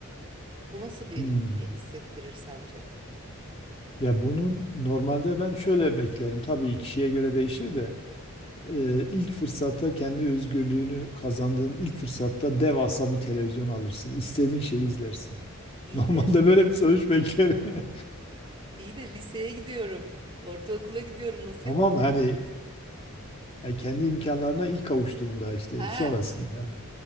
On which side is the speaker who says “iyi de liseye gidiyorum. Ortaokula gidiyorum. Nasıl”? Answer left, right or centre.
Right